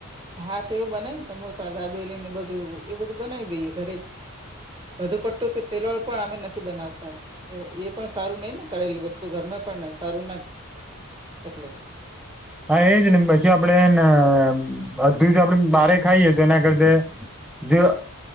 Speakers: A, on the right (about 20°); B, in the centre.
A: હા તો એવુ બનાયને સમોસા દાબેલી ને બધું એ બધું બનાવી દઈએ ઘરે જ વધુ પડતું તેલવાળુ પણ અમે નથી બનાવતા એ પણ સારું નઈ ને તળેલી વસ્તુ ઘરમાં પણ સારું ના એટલે
B: હા એજ ને પછી આપડણે હેનેબધું જ આપડે બારે ખાઈએ તો એના કરતાં જો